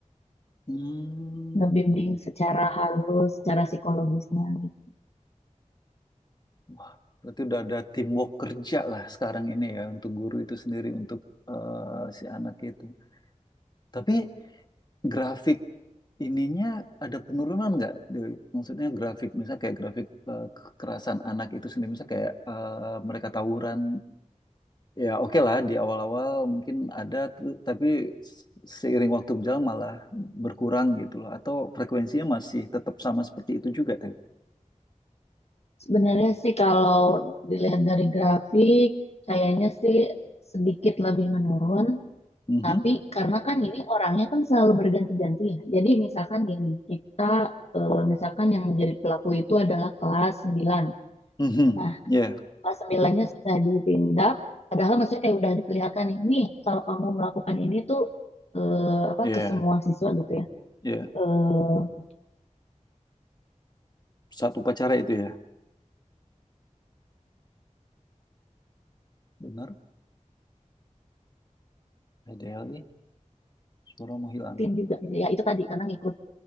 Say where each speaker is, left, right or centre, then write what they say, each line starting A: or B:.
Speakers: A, on the left; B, on the left.
A: hmm.
B: ngebimbing secara halus, secara psikologisnya. Gitu.
A: Wah berarti udah ada teamwork kerja lah sekarang ini ya untuk guru itu sendiri untuk eh, si anak itu tapi grafik ininya ada penurunan nggak Dewi? maksudnya grafik misalnya kayak grafik eh, kekerasan anak itu sendiri misalnya kayak eh, mereka tawuran Ya oke lah di awal-awal mungkin ada tu- tapi seiring waktu berjalan malah berkurang gitu loh atau frekuensinya masih tetap sama seperti itu juga tadi.
B: Sebenarnya sih kalau dilihat dari grafik, kayaknya sih sedikit lebih menurun,
A: Mhm.
B: tapi karena kan ini orangnya kan selalu berganti-ganti ya. Jadi misalkan gini, kita eh, misalkan yang menjadi pelaku itu adalah kelas 9.
A: Mhm.
B: Nah,
A: Ya,
B: kelas sembilannya sudah ditindak padahal maksudnya kayak udah diperlihatkan nih nih kalau kamu melakukan ini tuh eh, apa
A: ya,
B: ke semua siswa gitu ya
A: ya.
B: eh
A: Saat upacara itu ya. Benar. PDLI suara mau hilang.
B: tim juga gitu ya itu tadi karena ngikut